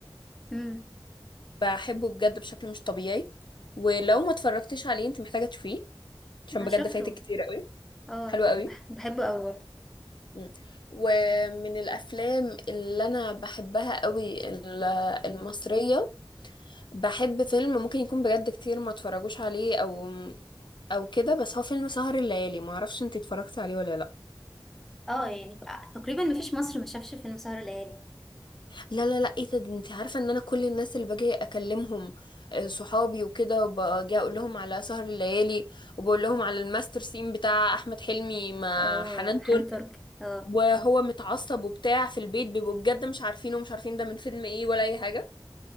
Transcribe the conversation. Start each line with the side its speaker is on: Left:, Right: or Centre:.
Centre: امم
Left: بحبه بجد بشكل مش طبيعي ولو ما اتفرجتيش عليه انت محتاجة تشوفيه عشان
Centre: انا
Left: بجد
Centre: شفته
Left: فايتك كتير قوي
Centre: اه
Left: حلو قوي
Centre: بح- بحبه قوي برضه
Left: مم. ومن الافلام اللي انا بحبها قوي ال- المصريه بحب فيلم ممكن يكون بجد كتير ما اتفرجوش عليه او او كده بس هو فيلم سهر الليالي ما اعرفش انت اتفرجتي عليه ولا لا
Centre: اه يعني تقريبا مفيش مصر ما شافش فيلم سهر ليالي
Left: لا لا لا ايه ده ده انت عارفه ان انا كل الناس اللي باجي اكلمهم آه، صحابي وكده باجي اقول لهم على سهر الليالي وبقول لهم على الماستر سين بتاع احمد حلمي مع
Centre: او
Left: حنان
Centre: حان
Left: ترك
Centre: ترك اه
Left: وهو متعصب وبتاع في البيت بيبقوا بجد مش عارفين ومش عارفين ده من فيلم ايه ولا اي حاجه